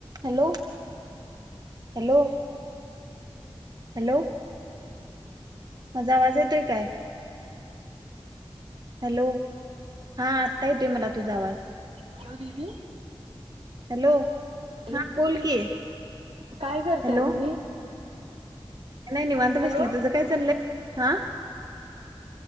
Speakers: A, on the right; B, on the right.
A: Hello hello... hello माझा आवाज येतोय काय? हॅलो हा आता येतोय मला तुझा आवाज.
B: हॅलो दीदी..
A: हॅलो
B: हॅलो
A: हा बोल कि
B: काय करताय
A: हॅलो..
B: तुम्ही
A: नाही निवांत
B: हॅलो
A: बसले तुझं काय चाललंय हा...